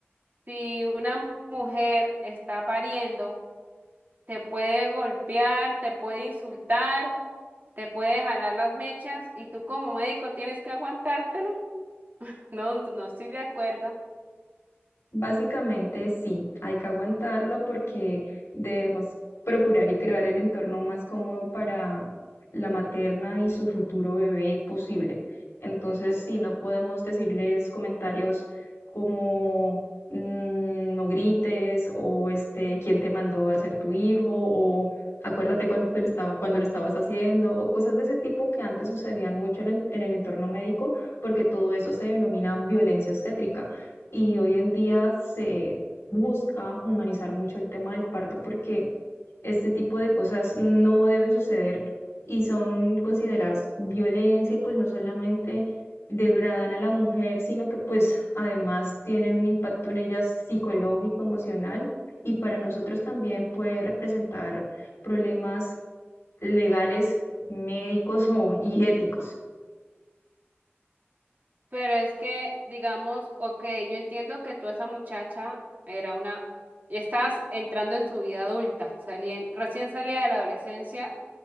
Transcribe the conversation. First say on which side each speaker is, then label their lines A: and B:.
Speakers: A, on the right; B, on the left.
A: si una mujer está pariendo, te puede golpear, te puede insultar, te puede jalar las mechas y tú como médico tienes que aguantártelo. <laughs> No, no estoy de acuerdo.
B: Básicamente sí, hay que aguantarlo porque debemos procurar y crear el entorno más cómodo para la materna y su futuro bebé posible. Entonces, sí, no podemos decirles comentarios como mm, no grites o este, quién te mandó a ser tu hijo o acuérdate cuando te lo estaba, cuando lo estabas haciendo o cosas de ese tipo que antes sucedían mucho en el en el entorno médico porque todo eso se denomina violencia obstétrica y hoy en día se busca humanizar mucho el tema del parto porque este tipo de cosas no deben suceder y son consideradas violencia y pues no solamente degradan a la mujer, sino que pues además tienen un impacto en ella psicológico, emocional y para nosotros también puede representar problemas legales, médicos o, y éticos.
A: Pero es que, digamos, ok, yo entiendo que tú esa muchacha era una, y estás entrando en su vida adulta, salien- recién salida de la adolescencia,